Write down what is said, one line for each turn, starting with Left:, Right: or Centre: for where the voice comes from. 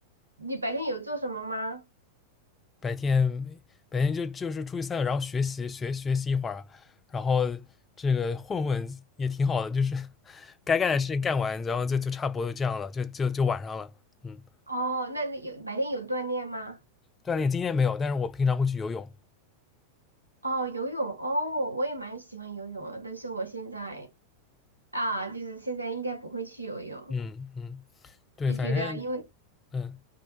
Right: 你白天有做什么吗？
Left: 白天白天就就是出去散散，然后学习学学习一会儿，然后这个混混也挺好的，就是 <laughs> 该干的事情干完，然后就就差不多就这样了，就就就晚上了。嗯，
Right: 哦，那你有白天有锻炼吗？
Left: 锻炼今天没有，但是我平常会去游泳。
Right: 哦，游泳哦，我也蛮喜欢游泳的，但是我现在。啊，就是现在应该不会去游泳，
Left: 嗯嗯，对，
Right: 就觉得因为
Left: 反正嗯